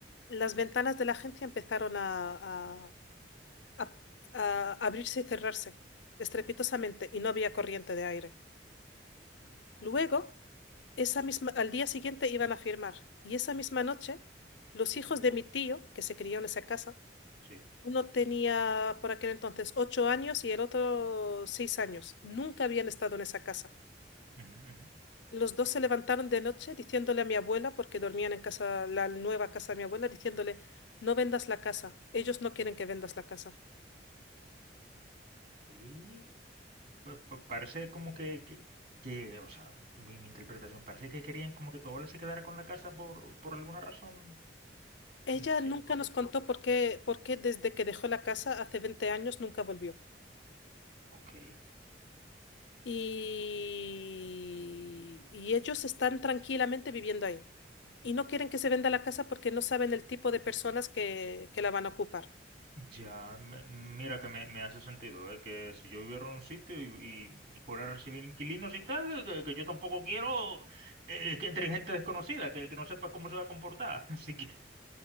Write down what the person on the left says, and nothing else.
las ventanas de la agencia empezaron a, a a- a abrirse y cerrarse estrepitosamente y no había corriente de aire.
Luego, esa misma, al día siguiente iban a firmar y esa misma noche los
hijos de mi tío, que se crió en esa casa,
uno tenía por aquel entonces ocho años y el otro seis años. Nunca habían estado en esa casa.
Los dos se levantaron de noche diciéndole a mi abuela, porque dormían en casa, la nueva casa de mi abuela, diciéndole, no vendas la casa, ellos no quieren que vendas la casa.
Ella
nunca nos contó por qué, por qué desde que dejó la casa hace 20 años nunca volvió.
y, y ellos están tranquilamente viviendo ahí. Y no quieren que se venda la casa porque no saben el tipo de personas que, que la van a ocupar.